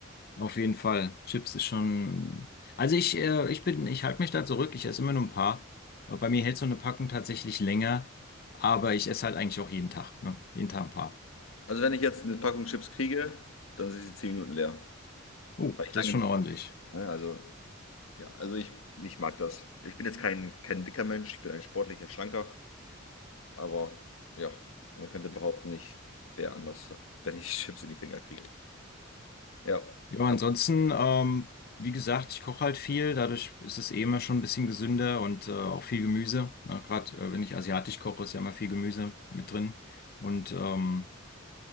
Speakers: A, on the left; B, on the left.
A: auf jeden Fall. Chips ist schon. Also ich, äh, ich bin, ich halte mich da zurück. Ich esse immer nur ein paar. Aber bei mir hält so eine Packung tatsächlich länger. Aber ich esse halt eigentlich auch jeden Tag, ne? Jeden Tag ein paar.
B: Also, wenn ich jetzt eine Packung Chips kriege, dann sind sie zehn Minuten leer,
A: Oh,
B: weil ich
A: das
B: lange
A: ist schon
B: nicht.
A: ordentlich.
B: so, Ne? Also, ja, also ich, ich mag das. Ich bin jetzt kein, kein dicker Mensch, ich bin ein sportlicher Schlanker, aber ja, man könnte behaupten, ich wäre anders, wenn ich Chips in die Finger kriege. Ja,
A: Ja, ansonsten,
B: aber
A: ähm, wie gesagt, ich koche halt viel, dadurch ist es eh immer schon ein bisschen gesünder und äh, auch viel Gemüse. Na, gerade äh, wenn ich asiatisch koche, ist ja immer viel Gemüse mit drin. Und ähm,